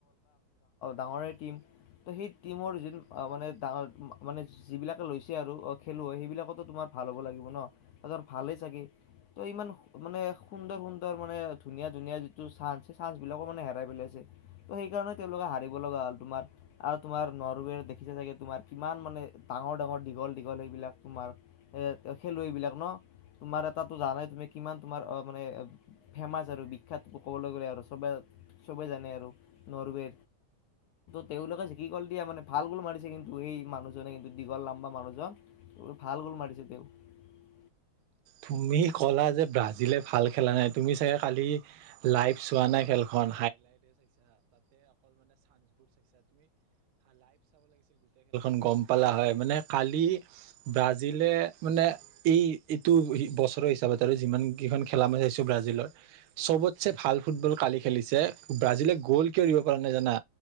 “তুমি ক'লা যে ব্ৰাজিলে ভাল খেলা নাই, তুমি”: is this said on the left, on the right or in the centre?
Right